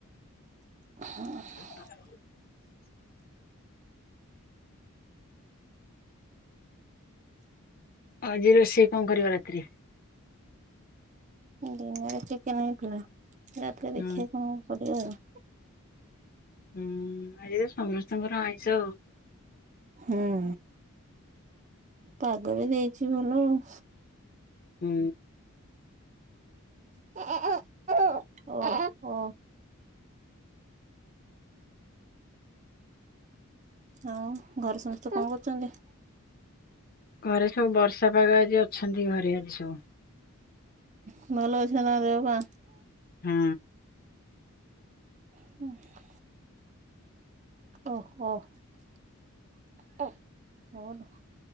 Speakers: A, on the right; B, on the left.
A: ହୁଁ।
B: <inaudible> ଆଜି ରୋସେଇ କଣ କରିବ ରାତିରେ?
A: ଦିନରେ ଚିକେନ ହେଇଥିଲା ରାତିରେ
B: ହଁ
A: ଦେଖିବା କଣ କରିବା ଆଉ।
B: ହୁଁ ଆଜି ତ ସମସ୍ତଙ୍କର ଆଇଁଷ ଆଉ।
A: ହୁଁ ପାଗ ବି ଦେଇଛି ଭଲ ଆଉ।
B: ହୁଁ।
A: <unintelligible> ଓ ଆଉ ଘରେ ସମସ୍ତେ କଣ କରୁଛନ୍ତି?
B: ଘରେ ସବୁ ବର୍ଷା ପାଗ ଆଜି ଅଛନ୍ତି ଘରେ ଆଜି ସବୁ।
A: ହୁଁ ଭଲ ଅଛି ନା ତାଙ୍କ ଦେହ ପା?
B: ହଁ।
A: ହୁଁ। ଓଃ ହୋ ହୁଁ ଓ ଲୋ।